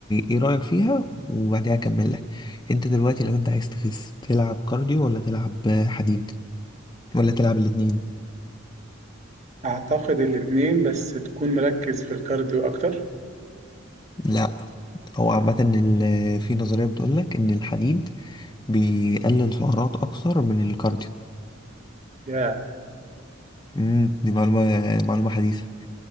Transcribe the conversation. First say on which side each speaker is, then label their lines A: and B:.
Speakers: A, on the left; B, on the right.
A: ايه رايك فيها وبعديها اكمل لك انت دلوقتي لو انت عايز تخس تلعب كارديو ولا تلعب حديد ولا تلعب الاتنين
B: اعتقد الاثنين بس تكون مركز في الكارديو اكتر
A: لا هو عامه ال- في نظريه بتقول لك ان الحديد بيقلل سعرات اكثر من الكارديو
B: يا
A: امم دي معلومه معلومه حديثه